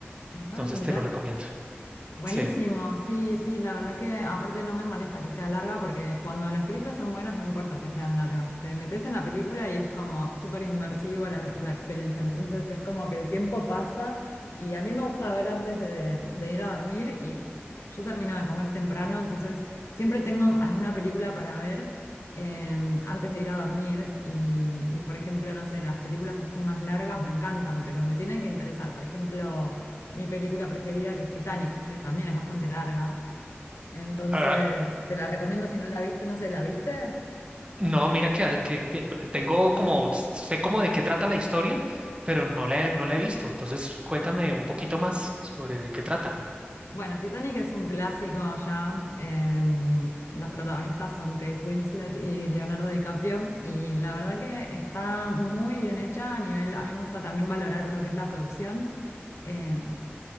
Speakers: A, on the left; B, on the right.
A: Ah,
B: Entonces
A: mira.
B: te lo recomiendo.
A: Buenísimo,
B: Sí.
A: sí, sí, la verdad que aparte no me molesta que sea larga porque cuando las películas son buenas no importa que sean largas, te metes en la película y es como súper inmersivo la, la experiencia, entonces es como que el tiempo pasa y a mí me gusta ver antes de, de ir a dormir y yo termino de comer temprano, entonces siempre tengo alguna película para ver em, antes de ir a dormir y, y por ejemplo, no sé, las películas así más largas me encantan, pero me tienen que interesar, por ejemplo mi película preferida, que es Titanic, que también es bastante larga. Entonces,
B: Ah,
A: te la recomiendo si no la viste, no sé, ¿la viste?
B: No, mira que, que- que tengo como, sé como de qué trata la historia, pero no la, he- no la he visto. Entonces, cuéntame un poquito más sobre de qué trata.
A: Bueno, Titanic es un clásico ya. eh, los protagonistas son Kate Winslet y Leonardo DiCaprio. Y la verdad que está muy bien hecha a nivel, a mí me gusta también valorar lo que es la producción. eh,